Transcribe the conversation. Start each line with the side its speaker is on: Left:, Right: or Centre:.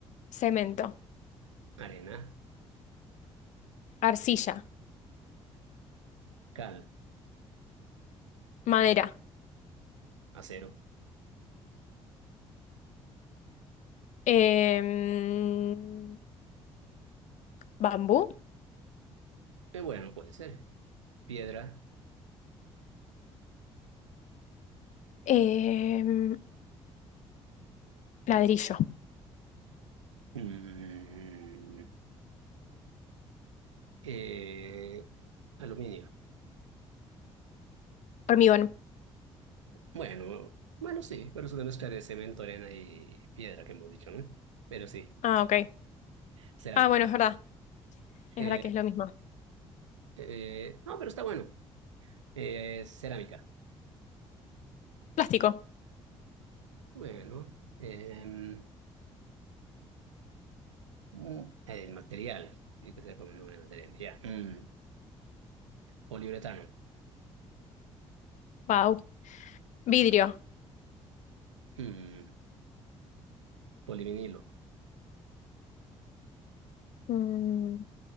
Left: cemento,
Right: Arena.
Left: arcilla,
Right: Cal.
Left: madera,
Right: Acero.
Left: em, bambú,
Right: Eh, bueno, puede ser. piedra,
Left: em, ladrillo,
Right: mm, eh, aluminio.
Left: hormigón.
Right: Bueno, bueno, sí, pero es una mezcla de cemento, arena y piedra que hemos dicho, ¿no? Pero sí,
Left: Ah, ok.
Right: cerámica.
Left: Ah, bueno, es verdad. Es
Right: Eh,
Left: verdad que es lo mismo.
Right: eh, no, pero está bueno. Eh, cerámica.
Left: Plástico.
Right: Bueno, em, mm, el material, tiene que ser como el nombre del material, ya. Mm, poliuretano,
Left: Wow. Vidrio.
Right: Mm, polivinilo.
Left: Mm,